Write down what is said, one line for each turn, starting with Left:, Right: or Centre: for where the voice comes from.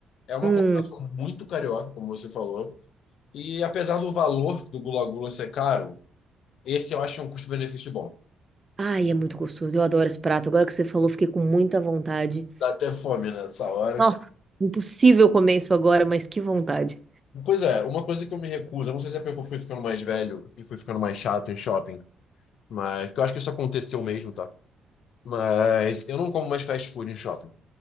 Left: É uma
Right: Hum.
Left: combinação muito carioca, como você falou. E apesar do valor do Gula Gula ser caro, esse eu acho um custo-benefício bom.
Right: Ai, é muito gostoso. Eu adoro esse prato. Agora que você falou, fiquei com muita vontade.
Left: Dá até fome nessa hora.
Right: Nossa, impossível comer isso agora, mas que vontade.
Left: Pois é, uma coisa que eu me recuso, eu não sei se é porque eu fui ficando mais velho e fui ficando mais chato em shopping. Mas, porque eu acho que isso aconteceu mesmo, tá? Mas eu não como mais fast food em shopping.